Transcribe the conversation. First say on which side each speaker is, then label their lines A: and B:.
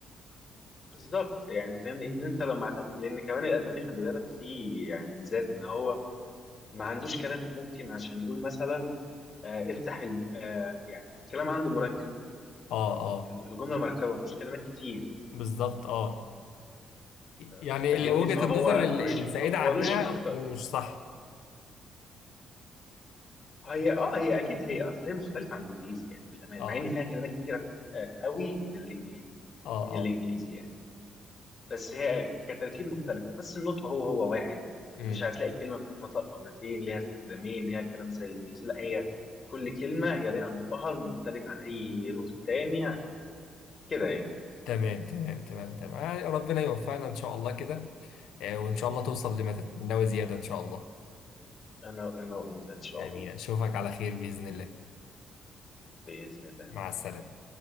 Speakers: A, on the left (about 40°); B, on the left (about 85°).
A: بالظبط يعني فاهم ان انت لما هتقدم لان كمان الالماني خلي بالك فيه يعني ميزات ان هو ما عندوش كلام ممكن عشان يقول مثلا آه، افتح ال... آه، يعني الكلام عنده مركب
B: اه اه
A: الجمله مركبه ما فيهوش كلمات كتير
B: بالظبط اه
A: آه،
B: يعني
A: فاهمني
B: اللي وجهة
A: فهو
B: النظر ال-
A: لوجيك
B: السائدة
A: هو
B: عنها
A: لوجيك اكتر
B: م- مش صح
A: هي اه هي اكيد هي اصل هي مختلفه عن الانجليزي يعني بالامان
B: اه
A: مع ان فيها كلمات كتيره آه، قوي بالانجليزي
B: اه
A: من الانجليزي
B: اه
A: يعني بس هي كتركيب مختلفه بس النطق هو هو واحد
B: امم
A: مش هتلاقي كلمه بتتنطق مرتين ليها استخدامين ليها كلام زي الانجليزي لا هي كل كلمه هي ليها نطقها المختلف عن اي نطق تاني كده يعني
B: تمام تمام تمام تمام آه، ربنا يوفقنا ان شاء الله كده آه، وان شاء الله توصل لما تتمناه زيادة ان شاء الله
A: انا انا وانت ان شاء
B: امين
A: الله
B: اشوفك على خير بإذن الله
A: باذن الله
B: مع السلامة